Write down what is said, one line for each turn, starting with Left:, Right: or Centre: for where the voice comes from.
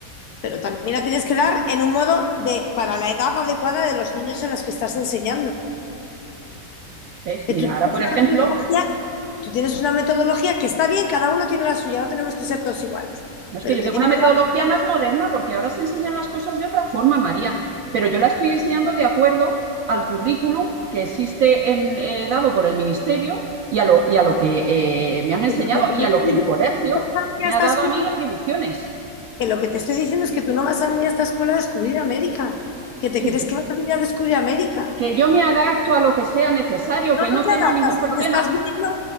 Left: pero también la tienes que dar en un modo de, para la edad adecuada de los niños en los que estás enseñando.
Right: ¿Ves?
Left: Que
Right: Mira,
Left: tú tienes
Right: ahora,
Left: una
Right: por ejemplo,
Left: metodología, tú tienes una metodología que está bien, cada uno tiene la suya, no tenemos que ser todos iguales.
Right: no es
Left: Pero
Right: que yo
Left: te
Right: tengo
Left: tienes
Right: una metodología más moderna porque ahora se enseñan las cosas de otra forma, María, pero yo la estoy enseñando de acuerdo al currículum que existe en, eh, dado por el ministerio y a lo, y a lo que eh, me han enseñado
Left: que lo
Right: y
Left: que
Right: a lo que el colegio
Left: no venir
Right: me
Left: a esta
Right: ha dado
Left: escuela,
Right: a mí atribuciones,
Left: que lo que te estoy diciendo es que tú no vas a venir a esta escuela a descubrir América, que te
Right: que
Left: crees
Right: yo
Left: que vas a venir a descubrir América.
Right: que yo me adapto a lo que sea necesario,
Left: No,
Right: que
Left: no
Right: no
Left: te
Right: tengo
Left: adaptas,
Right: ningún problema.
Left: porque estás viniendo,